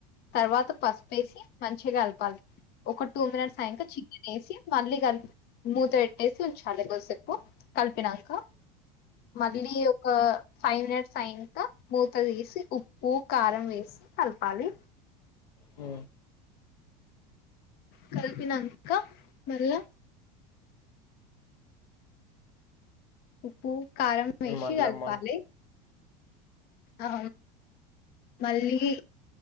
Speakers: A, on the left (about 50°); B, on the left (about 85°).
A: తర్వాత పసుపేసి మంచిగా కలపాలి ఒక టూ మినిట్స్ అయక చికెన్ వేసి మళ్ళీ కలిపి మూత పెట్టేసి ఉంచాలి కొసేపు కలిపినక మళ్ళీ ఒక ఫైవ్ మినిట్స్ అయిక మూత తీసి ఉప్పు కారం వేసి కలపాలి
B: ఉ
A: కలిపినంక మళ్ళ ఉప్పు కారం వేసి
B: మళ్ళా
A: కలపాలి
B: మన
A: అ మళ్ళీ